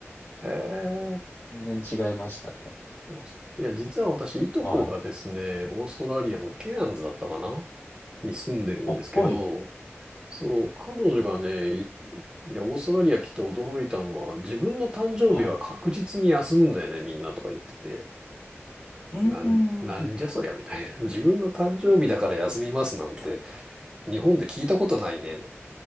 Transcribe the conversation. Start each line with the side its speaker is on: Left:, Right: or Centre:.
Right: へえ
Left: 全然違いましたね。
Right: そうですか。いや、実は私、いとこがですね、
Left: はい。
Right: オーストラリアのケアンズだったかなに住んでるんですけど、
Left: お、はい。
Right: そう、彼女がね、いいや、オーストラリア来て驚いたのは、自分の誕生日は確実に休むんだよね、
Left: はい。
Right: みんなとか言ってて。
Left: うん、
Right: なん、
Left: うん
Right: なんじゃそりゃ、みたいな。<laughs> 自分の誕生日だから休みますなんて、日本で聞いたことないね。